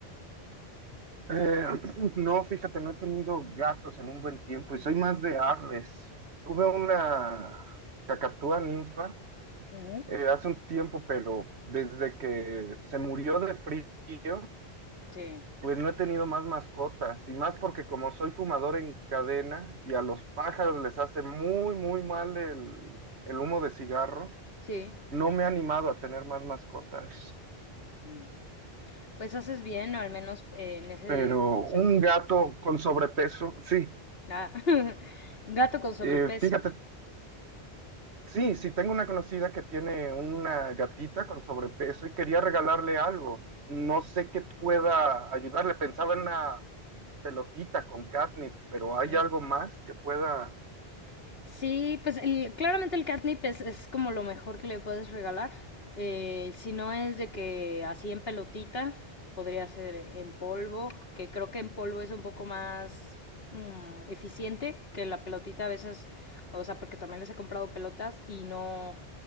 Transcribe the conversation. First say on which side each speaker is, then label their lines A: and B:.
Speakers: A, on the right; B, on the left.
A: Eh, <clears throat> no, fíjate, no he tenido gatos en un buen tiempo y soy más de aves. Tuve una cacatúa ninfa
B: Ujú.
A: eh, hace un tiempo, pero desde que se murió de frío,
B: Sí.
A: pues no he tenido más mascotas. Y más porque como soy fumador en cadena y a los pájaros les hace muy, muy mal el, el humo de cigarro,
B: Sí.
A: no me he animado a tener más mascotas.
B: Mm. Pues haces bien, o al menos eh, en ese
A: Pero
B: sentido.
A: un gato con sobrepeso, sí.
B: Ah, <laughs> Gato con sobrepeso,
A: Eh, fíjate Sí, sí, tengo una conocida que tiene una gatita con sobrepeso y quería regalarle algo. No sé qué pueda ayudarle. Pensaba en una pelotita con catnip, pero ¿hay
B: ¿no?
A: algo más que pueda?
B: Sí, pues el- claramente el catnip es, es como lo mejor que le puedes regalar. Eh, si no es de que así en pelotita, podría ser en polvo, que creo que en polvo es un poco más mm, eficiente que la pelotita a veces, o sea, porque también les he comprado pelotas y no,